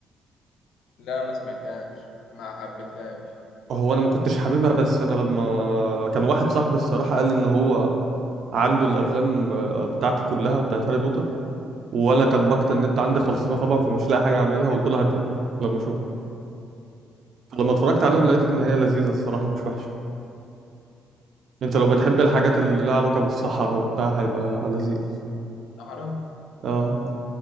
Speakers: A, on the left (about 80°); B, on the right (about 65°).
A: لا ما سمعتهاش ما حبيتهاش
B: هو انا ما كنتش
A: سمعت
B: حاببها بس انا لما كان واحد صاحبي الصراحه قال لي ان هو عنده الافلام آه، بتاعته كلها بتاعت هاري بوتر وانا كان باقة النت عندي خلصانه طبعا فمش لاقي حاجه اعملها قلت لها هاتهم لما اشوف لما اتفرجت عليهم لقيت ان هي لذيذه الصراحه مش وحشه انت
A: شوية
B: لو بتحب
A: بس
B: الحاجات
A: كده.
B: اللي لها علاقه بالصحراء وبتاع هيبقى لذيذ
A: صحراء
B: اه